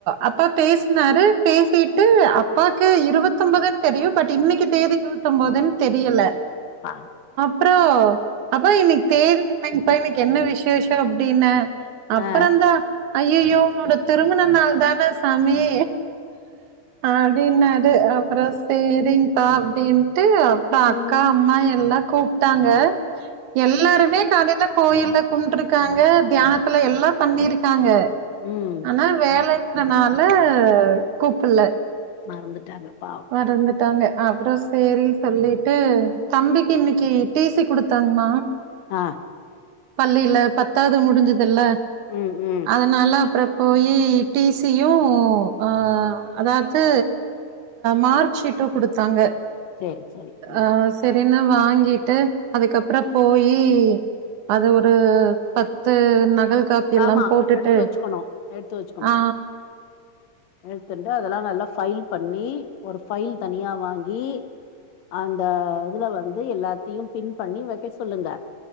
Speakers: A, on the right; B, on the left.
A: அப்பா பேசுனாரு பேசிட்டு அப்பாக்கு இருபத்தொன்பதுன்னு தெரியும் பட் இன்னைக்கு தேதி இருபத்தொன்பதுன்னு தெரியல
B: பா
A: அப்புறம் அப்பா இன்னக்கி தேதி என்னங்ப்பா இன்னைக்கி என்ன விசேஷம் அப்படின்ன அப்பறந்தான்
B: ஆ
A: அய் ஐயயோ உன்னோட திருமண நாள் தான சமைய அப்டின்னாரு அப்புறம் சேரிங் தாப்டி டுஅப்புறம்
B: ம்
A: அக்கா அம்மா எல்லாம் கூப்ட்டாங்க எல்லாருமே காலையில கோயில்ல கும்ட்டுருக்காங்க தியானத்துல எல்லாம் பண்ணிருக்காங்க
B: ம்
A: ஆனா வேல இருக்கறனால கூப்பல
B: மறந்துட்டாங்க பாவம்
A: மறந்துட்டாங்க அப்றம் செரி சொல்லிட்டு தம்பிக்கு இன்னிக்கு டிசி குடுத்தாங்மா
B: அ
A: பள்ளில பத்தாது முடிஞ்சுதுல்ல
B: ம் ம்
A: அதனால அப்றம் போய் டிசியும ஆ அதாது மார்க்ஷீட்டும் கொடுத்தாங்க
B: சரி சரி ம்
A: ஆஹ் செரின வாங்கிட்டு அதுக்கப்ற போயி அது ஒரு பத்து நகல் காபி எல்லாம்
B: ஆமா
A: போட்டுட்டு
B: எடுத்து வச்சுக்கணும் எடுத்து வச்சுக்கணு
A: ஆ
B: எடுத்துன்டு அதெல்லா நல்லா ஃபைல் பண்ணி ஒரு ஃபைல் தனியா வாங்கி அந்த இதுல வந் எல்லாத்தையும் பின் பண்ணி வெக்க சொல்லுங்க